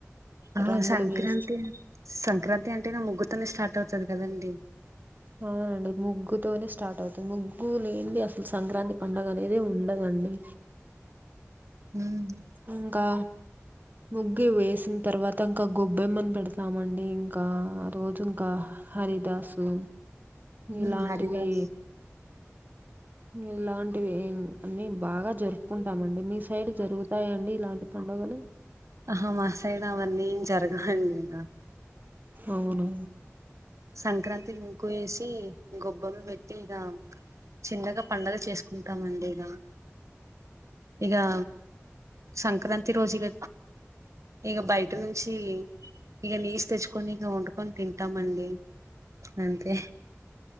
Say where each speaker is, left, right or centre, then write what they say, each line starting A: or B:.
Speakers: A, on the right; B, on the right.
A: ఆ
B: రంగులు
A: సంక్రాంతి
B: వేసి
A: సంక్రాంతి అంటేనే ముగ్గుతోనే స్టార్ట్ అవుతది కదండి
B: అవునండి ముగ్గుతోనే స్టార్ట్ అవుతుంది ముగ్గు లేంది అసలు సంక్రాంతి పండుగ అనేదే ఉండదండి
A: మ్
B: ఇంకా ముగ్గు వేసిన్ తర్వాత ఇంకా గొబ్బెమ్మని పెడతామండి ఇంకా ఆ రోజు ఇంకా హరిదాసు ఇలాంటివి
A: ఉమ్ హరిదాస్
B: ఇలాంటివి అన్ని బాగా జరుపుకుంటామండి మీ సైడ్ జరుగుతాయండి ఇలాంటి పండుగలు
A: అహా మా సైడ్ అవన్నీ ఏం జరగవండి ఇంగా
B: అవును
A: సంక్రాంతి ముగ్గు ఏసి గొబ్బెం పెట్టి ఇగా చిన్నగా పండగ చేసుకుంటామండి ఇగా ఇగా సంక్రాంతి రోజు ఇగ ఇగ బయట నుంచి ఇగ నీస్ తెచ్చుకొని ఇగ వండుకొని తింటామండి అంతే